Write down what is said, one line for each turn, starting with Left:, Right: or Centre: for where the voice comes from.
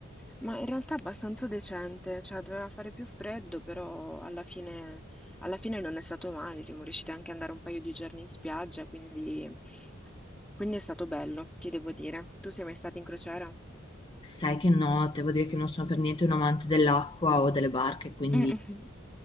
Centre: Ma in realtà abbastanza decente, cioè doveva fare più freddo, però alla fine, alla fine non è stato male, siamo riusciti anche ad andare un paio di giorni in spiaggia, quindi, quindi è stato bello, ti devo dire. Tu sei mai stato in crociera? <laughs>
Left: Sai che no, devo dire che non sono per niente un amante dell'acqua o delle barche, quindi
Centre: Mm.